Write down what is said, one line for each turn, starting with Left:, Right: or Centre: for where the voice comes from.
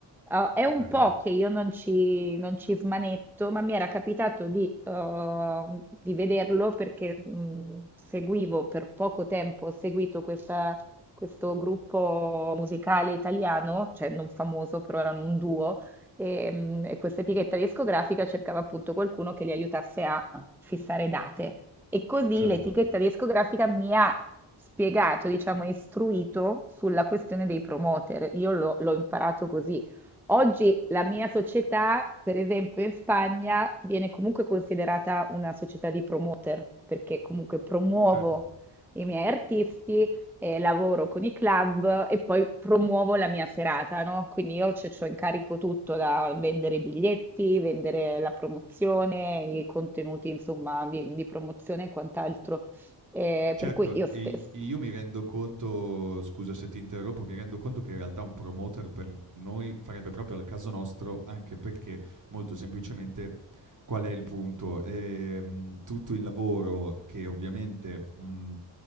Centre: Ah, è un
Right: ok,
Centre: po' che io non ci, non ci smanetto, ma mi era capitato di, uh, di vederlo perché mh, seguivo per poco tempo, ho seguito questa- questo gruppo musicale italiano, cioè non famoso, però erano un duo, e, mh, e questa etichetta discografica cercava appunto qualcuno che li aiutasse a fissare date. E così
Right: certo,
Centre: l'etichetta discografica mi ha spiegato, diciamo, istruito sulla questione dei promoter. Io l'ho l'ho imparato così. Oggi la mia società, per esempio in Spagna, viene comunque considerata una società di promoter, perché comunque promuovo
Right: certo.
Centre: i miei artisti, eh, lavoro con i club e poi promuovo la mia serata, no? Quindi io c'ho c'ho in carico tutto da vendere i biglietti, vendere la promozione, i contenuti, insomma, di, di promozione e quant'altro. Eh,
Right: Certo,
Centre: per cui io stessa.
Right: e i io mi rendo conto scusa se ti interrompo, mi rendo conto che in realtà un promoter per noi farebbe proprio al caso nostro, anche perché molto semplicemente qual è il punto? Ehm, tutto il lavoro che ovviamente, mhmm